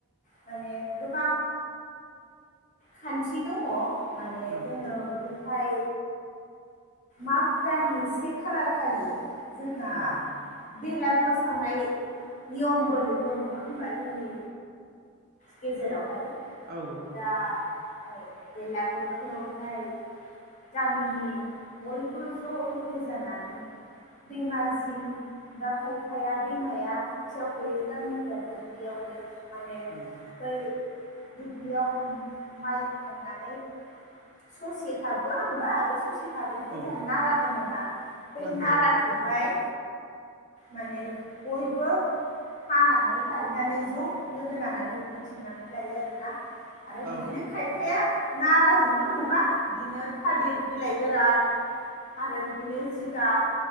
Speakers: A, on the left; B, on the right.
A: माने गोबां खान्थि दङ। माने
B: औ
A: जोङो बेखौ हाय माग दाननि से खालार खालि जोंहा
B: औ
A: बेलागुर सावनाय नियमबो दङ नङा होनोमबा जोंनि गेजेरावहाय
B: औ औ
A: दा औ बेलागुरखौ ओमफ्राय गामिनि बयबो ज' लोगो जानानै दैमा जिं दा खायफाया दैमाया खाथियाव गैयै गामिफ्रा दुब्लियावनो माने
B: औ
A: बै दुब्लियाव मोन माइ हाखांनानै ससे थाबोया होनोमबा बे ससे थाबोनायखौ
B: औ
A: जों नारा होनोना बै
B: नंगौ
A: नाराखौहाय माने बयबो हानानै लायनानै ज' लोगो नांनानै बुथुमनानै लायो आरोना। आरो
B: औ
A: बिदिनो खायफाया नाराजोंल' नङा बिदिनो थालिर बिलाइ गोरान आरो बिदिनो जिगाब